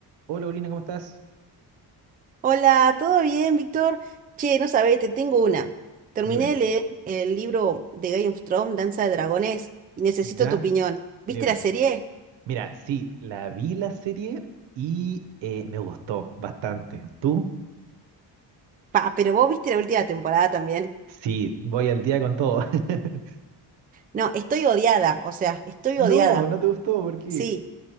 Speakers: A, on the right; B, on the right.
A: Hola, Corina, ¿cómo estás?
B: Hola, ¿todo bien, Víctor? Che, no sabés, te tengo una. Terminé
A: Dime,
B: de leer el libro de Game of Thrones, Danza de Dragones, y necesito
A: ya,
B: tu opinión. ¿Viste
A: dime.
B: la serie?
A: Mira, sí, la vi la serie y eh, me gustó bastante. ¿Tú?
B: Pa, pero vos viste la última temporada también.
A: Sí, voy al día con todo. <laughs>
B: No, estoy odiada, o sea, estoy
A: No,
B: odiada.
A: no te gustó, porque...
B: Sí,